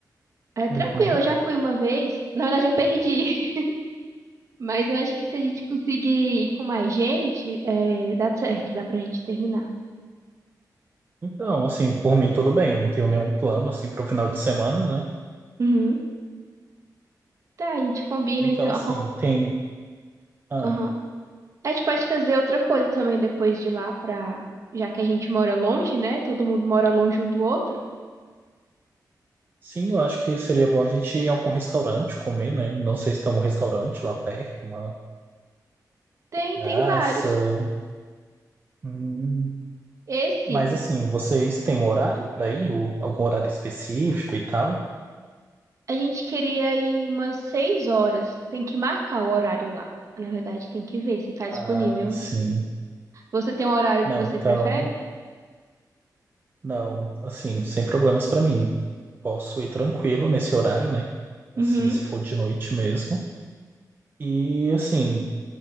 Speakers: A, on the right; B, on the right.
A: É tranquilo,
B: Uhum.
A: eu já fui uma vez. Na verdade, eu perdi. <laughs> Mas eu acho que se a gente conseguir ir com mais gente, é, dá certo, dá pra gente terminar.
B: Então, assim, por mim tudo bem. Eu não tenho nenhum plano, assim, para o final de semana, né?
A: Uhum. Tá, a gente combina
B: Então,
A: então.
B: assim,
A: A, qual-
B: tem... Ah,
A: Aham. a gente pode fazer outra coisa também depois de lá, pra... já que a gente mora longe, né? Todo mundo mora longe um do outro.
B: sim, eu acho que seria bom a gente ir a algum restaurante comer, né? Não sei se tem algum restaurante lá perto, uma
A: Tem,
B: praça...
A: tem vários.
B: Hum.
A: Esse.
B: Mas, assim, vocês têm um horário para ir? Ou Algum horário específico e tal?
A: A gente queria ir umas seis horas. Tem que marcar o horário lá. Na verdade, tem que ver se tá
B: Ah,
A: disponível.
B: sim.
A: Você tem um horário
B: Não,
A: que você
B: então,
A: prefere?
B: não, assim, sem problemas pra mim. Posso ir tranquilo nesse horário, né? Assim,
A: Uhum,
B: se for de noite mesmo. E, assim,